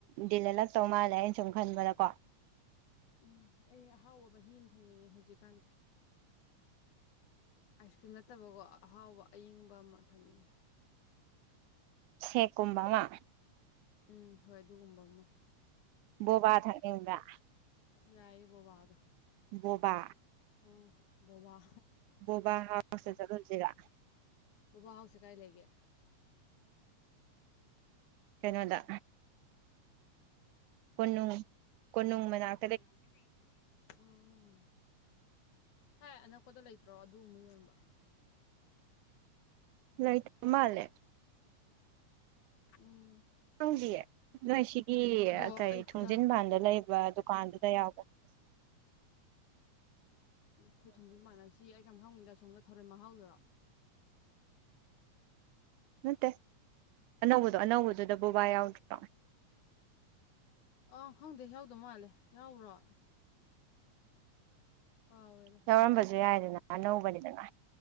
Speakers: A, on the right; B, on the left.
A: ꯗꯤꯂꯂꯦꯂꯛꯇꯧ ꯃꯥꯜꯂꯦ ꯑꯩꯅ ꯁꯨꯝ ꯈꯟꯕꯗꯀꯣ
B: ꯎꯝ ꯑꯩ ꯑꯍꯥꯎꯕ ꯃꯍꯤ ꯑꯃ ꯊꯛꯅꯤꯡꯉꯦ ꯍꯧꯖꯤꯛꯀꯥꯟꯁꯦ ꯑꯥꯏꯁ ꯀ꯭ꯔꯤꯝ ꯅꯠꯇꯕꯀꯣ ꯑꯍꯥꯎꯕ ꯑꯌꯤꯡꯕ ꯕꯃꯥ ꯊꯛꯅꯤꯡꯉꯦ
A: ꯁꯦꯛ ꯀꯨꯝꯕꯃ
B: ꯎꯝ ꯍꯣꯏ ꯑꯗꯨꯒꯨꯝꯕ ꯑꯃ
A: ꯕꯣꯕꯥ ꯊꯛꯅꯤꯡꯕ꯭ꯔꯥ
B: ꯌꯥꯏ ꯕꯣꯕꯥꯗꯣ
A: ꯕꯣꯕꯥ
B: ꯎꯝ ꯕꯣꯕꯥ
A: ꯕꯣꯕꯥ ꯍꯥꯎꯁꯇ ꯆꯠꯂꯨꯁꯤꯔ
B: ꯕꯣꯕꯥ ꯍꯥꯎꯁꯦ ꯀꯥꯏ ꯂꯩꯒꯦ
A: ꯀꯩꯅꯣꯗ ꯀꯣꯅꯨꯡ ꯀꯣꯅꯨꯡ ꯃꯅꯥꯛ
B: <inaudible> ꯑꯣ ꯁꯥꯏ ꯑꯅꯛꯄꯗ ꯂꯩꯇ꯭ꯔꯣ ꯑꯗꯨꯝꯕ ꯌꯣꯟꯕ
A: ꯂꯩꯇꯕ ꯃꯥꯂꯦ
B: ꯎꯝ
A: ꯎꯗꯤꯌꯦ ꯅꯣꯏꯁꯤ ꯀꯤ
B: ꯑꯗꯣ
A: ꯀꯩ
B: ꯑꯩ
A: ꯊꯣꯡꯖꯤꯟꯕꯥꯟꯗ
B: ꯈꯨꯗꯥ
A: ꯂꯩꯕ ꯗꯨꯀꯥꯟꯗꯨꯗ ꯌꯥꯎꯕꯅꯦ
B: ꯑꯩꯈꯣꯏ ꯊꯣꯡꯖꯤꯟ ꯃꯥꯟꯅꯁꯤ ꯍꯦꯛ ꯆꯪ ꯐꯃꯒꯤꯗ ꯑꯁꯨꯝꯕ ꯊꯔꯣꯏ ꯃꯍꯥꯎꯗꯨꯔ
A: ꯅꯠꯇꯦ ꯑꯅꯧꯕꯗꯣ ꯑꯅꯧꯕꯗꯨꯗ ꯕꯣꯕꯥ ꯌꯥꯎꯗ꯭ꯔꯣ
B: ꯑꯥꯎ ꯈꯪꯗꯦ ꯌꯥꯎꯗ ꯃꯥꯜꯂꯦ ꯌꯥꯎꯕ꯭ꯔꯣ ꯀꯥꯎꯔꯦꯗ
A: ꯌꯥꯎꯔꯝꯕꯁꯨ ꯌꯥꯏꯗꯅ ꯑꯅꯧꯕꯅꯤꯗꯅ